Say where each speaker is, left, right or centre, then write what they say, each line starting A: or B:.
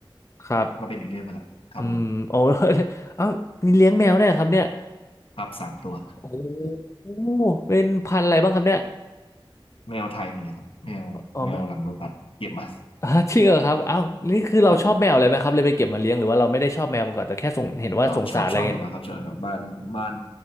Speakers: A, on the left; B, on the left.
A: ครับ
B: มันก็เป็นอีกเรื่องไปละครับผม
A: อืมโอ้ <laughs> เอ้า <laughs> มีเลี้ยงแมวได้วยเหรอครับเนี่ย
B: ครับสามตัว
A: โอ้โหเป็นพันธุ์อะไรบ้างครับเนี่ย
B: แมวไทยมาเลยครับแมวแมวหลังรถบัสเก็บมา
A: อ๋อไม่อ่า <laughs> จริงเหรอครับเอ้านี่คือเราชอบแมวเลยไหมครับเลยไปเก็บมาเลี้ยงหรือว่าเราไม่ได้ชอบแมวมาก่อนแต่แค่สงเห็นว่าสงสารอะไรเงี้ย
B: ครับผมก็ชอบชอบอยู่แล้วครับชอบครับบ้านบ้าน